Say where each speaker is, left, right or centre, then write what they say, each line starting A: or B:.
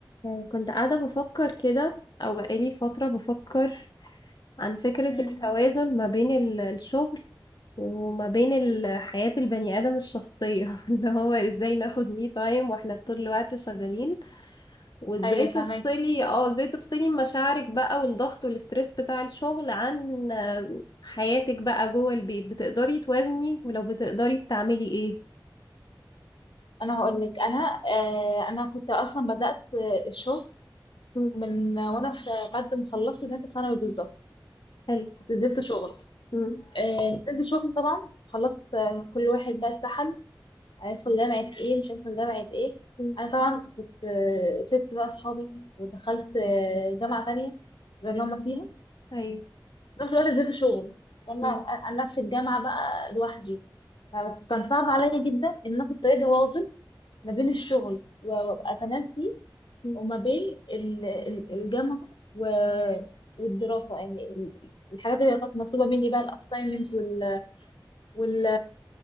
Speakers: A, on the left; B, on the left.
A: آه، كنت قاعدة بفكر كده أو بقالي فترة بفكر عن فكرة
B: مم.
A: التوازن ما بين ال- الشغل وما بين ال- حياة البني آدم الشخصية <laughs> اللي هو ازاي ناخد مي تايم واحنا طول الوقت شغالين وازاي
B: ايوه
A: تفصلي
B: فاهمك
A: اه ازاي تفصلي مشاعرك بقى والضغط والستريس بتاع الشغل عن آه، حياتك بقى جوه البيت بتقدري توازني ولو بتقدري بتعملي ايه
B: انا هقول لك انا آه انا كنت اصلا بدات آه، الشغل
A: مم،
B: من وانا في بعد ما خلصت ثالثه ثانوي بالظبط
A: حلو
B: كنت نزلت شغل
A: مم،
B: آه نزلت شغل طبعا خلصت آه، كل واحد بقى اتسحل هيدخل جامعه ايه مش هيدخل جامعه ايه
A: مم،
B: انا طبعا كنت آه، سبت بقى اصحابي ودخلت آه، جامعه تانية غير اللي هما فيها
A: ايوه
B: في نفس الوقت نزلت شغل فانا
A: مم،
B: انا في الجامعه بقى لوحدي فكان صعب عليا جدا ان انا كنت اجي واظب ما بين الشغل و- وابقى تمام فيه
A: مم.
B: وما بين ال- ال- الجامعه و- والدراسه يعني ال- الحاجات اللي كانت مطلوبه مني بقى الاساينمنتس وال وال